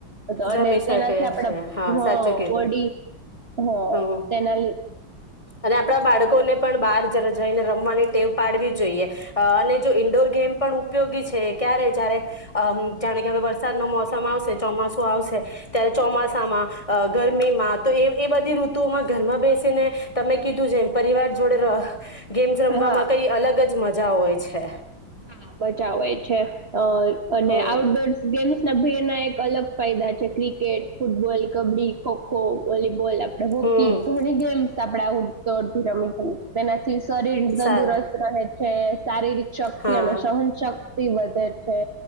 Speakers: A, on the right (about 35°); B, on the left (about 15°).
A: તો અને
B: રમી
A: તેનાથી
B: શકે
A: આપડે
B: છે હા
A: હ
B: સાચું કીધું
A: બોડી હ
B: હમ
A: તેના લ
B: અને આપણા બાળકો ને પણ બહાર જઈને રમવાની ટેવ પાડવી. જોઈએ અને જો ઈન્ડોર ગેમ પણ ઉપયોગી છે ક્યારે જયારે અ જાણે કે હવે વરસાદ ન મોસમ આવશે ચોમાસું આવશે ત્યારે ચોમાસામાં. અ ગરમીમાં તો એ બધી. ઋતુમાં ઘરમાં બેસીને તમે કીધું જેમ પરિવાર જોડે. ગેમ્સ રમવામાં
A: હા
B: કઈ અલગ જ મ મજા હોય છે.
A: હા બચાવય છે અ અને
B: હમ
A: આઉટડોર ગેમ્ ભેડના એક અલગ ફાયદા છે cricket football kabaddi kho kho. Volleyball આપડે હોકી
B: હમ
A: ઘણી ગેમ્સ આપડે આવું. તોડથી રમી ગયું છેના. શરીર તંદુરસ્ત
B: સારું
A: રહે છે શારીરિક શક્તિ
B: હા
A: અને સહન શક્તિ વધે છે